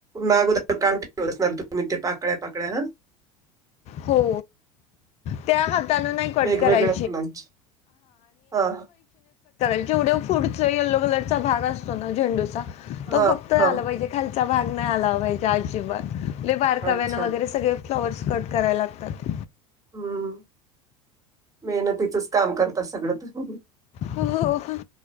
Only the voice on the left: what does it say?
हो त्या क
कराय
जेवढे फ येल्लो कलरचा भाग असतो ना झेंडूचा
तो फक्त आला
पाहिजे खा भाग नाही आला पाहिजे अजिबात बारकाव्यान
वगरे सगळे फ्लॉ कराय लागतात
हो हो